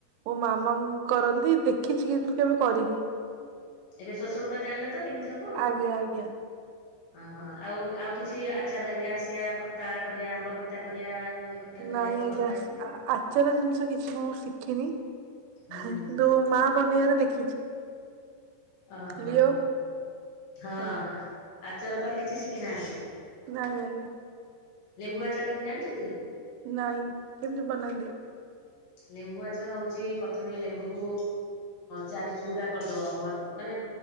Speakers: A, on the right; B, on the left.
A: ମୋ ମାମା କରନ୍ତି ଦେଖିଛି କିନ୍ତୁ କେବେ କରିନି।
B: ଏବେ ସୋରଷବଟା ଜାଣିଲ ତ କେମିତି ହବ?
A: ଆଜ୍ଞା।
B: ଓହୋ, ଆଉ ଆଉ କିଛି ଆଚାର ହେରିକା ଆସିବା ଖଟା କରିବା, ଆମ୍ବ ଖଟା କରିବା, ଇଏ ଖଟା କରିବା
A: ନାଇଁ
B: କୋଉ
A: ଆଜ୍ଞା,
B: ଖଟା ଆସେନି?
A: ଆଚାର ଜିନିଷ କିଛି ମୁଁ ଶିଖିନି।
B: ହୁଁ।
A: କିନ୍ତୁ ମା ବନେଇବାର ଦେଖିଛି।
B: ଅ ହଁ
A: ଲିଓ
B: ହଁ। ହଁ
A: ଆଜ୍ଞା
B: ଆଚାର ତାହେଲେ କିଛି ଶିଖିନାହାନ୍ତି?
A: ନାଇଁ ଆଜ୍ଞା
B: ଲେମ୍ବୁ ଆଚାର କେମିତି ଜାଣିଛନ୍ତି?
A: ନାଇଁ। କେମିତି ବନାନ୍ତି?
B: ଲେମ୍ବୁ ଆଚାର ହେଉଛି ପ୍ରଥମେ ଲେମ୍ବୁକୁ ଚାରି ଚିରୁଡା କରିଦବ। ମ ମାନେ